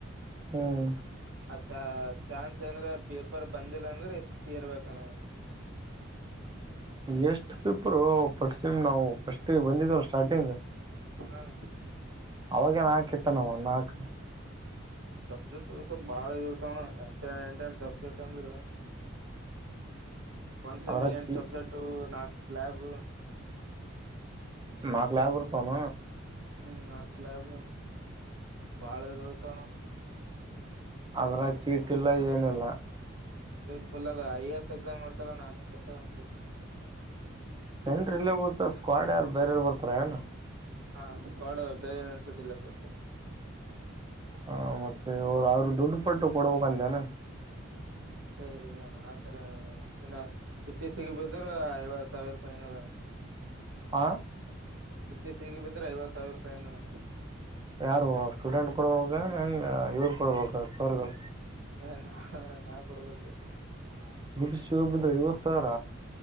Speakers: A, on the right; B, on the right.
A: ಹ್ಮ್
B: ಅ ಚಾ ಚಾನ್ಸ್ ಏನ್ರ ಪೇಪರ್ ಬಂದಿಲ್ಲ ಅಂದ್ರೆ <unintelligible> ಇರ್ಬೇಕಣ ಒಂದು <inaudible>
A: ಎಷ್ಟ್ ಪೇಪರು ಪಟ್ಸೀಮ ನಾವು ಫಸ್ಟ್ಗೆ ಬಂದಿದವಲ್ ಸ್ಟಾರ್ಟಿಂಗ್
B: ಹ ಅಣ್ಣಾ
A: ಅವಾಗ ನಾಕ ಇತ್ತ ನಮ್ಮ ನಾಲ್ಕು
B: ಸಬ್ಜೆಕ್ಟ್ಸ ಬಾಳ ಇರ್ತವಣ ಎಂಟ <unintelligible> ಎಂಟ ಎ <unintelligible> ಸಬ್ಜೆಕ್ಟ್ ಅಂದ್ರ ಒಂದು ಸೆಮಿಗೆ
A: ಅದ್ರ
B: ಎಂಟು
A: ಚಿ
B: ಸಬ್ಜೆಕ್ಟ್ ನಾಲ್ಕು ಲ್ಯಾಬ್
A: ನಾಕ ಲ್ಯಾಬ್ ಇರತಾವತಾನ
B: ಹ್ಮ್ ನಾಕ ಲ್ಯಾಬ್ ಬಾಳ ಇರದಕಣ್ಣ
A: ಅದ್ರಗ್ ಚೀಟ ಇಲ್ಲ ಏನಿಲ್ಲ
B: ಫುಲ್ ಅದ ಐ ಎ ಎಸ್ ಎಕ್ಸಾಮ್ ಮಾಡಸಲ್ಲ ನಾ ನಡೆಸ ಅಬ
A: ಸೆಂಟ್ರ ಇಲ್ಲೇತ ಸ್ಕ್ವಾಡ್ ಯಾರು ಬೇರ ಯಾರ ಬರ್ತಾರ ಏನ
B: ಹಾ ಸ್ <unintelligible> ಕಾಡ ಬೇರೆನ್ಸಟ್ಟಿಲ್ಲ <unintelligible> ಸಡ್ತಾರೆ
A: ಹಾ ಮತ್ತೆ ಅವರು ಆದ್ರರು ದುಡ್ಡು ಪಟ್ಟು ಕೊಡ್ಬೇಕಂದನಾ
B: ಏ ಇಲ್ಲ ಆತರ ಇನ್ನು ಚುಟ್ಟಿ ಸಿಗಬದ್ರ ಐವತ್ತು ಸಾವಿರೂಪೈನ ಅದಾವಣ್ಣ <inaudible>
A: ಆ
B: ಚಿಟ್ಟಿ ಸಿಗ ಬಿದ್ರೆ ಐವತ್ತು ಸಾವಿರ ರೂಪಾಯಿ ಫೈನ್ ಅಣ್ಣ
A: ಯಾರು ಸ್ಟೂಡೆಂಟ್ ಕೊಡ ಹ ಇವ್ರು ಕೊಡಬ ಸರ್ಗಳು
B: ಹ ನಾಣ್ಣ ನಾವ ಕೊಡ್ಬೇಕ
A: <unintelligible> ಸಿಕ್ಕಿಬಿದ್ರೆ ಐವತ್ತು ಸಾವ್ರ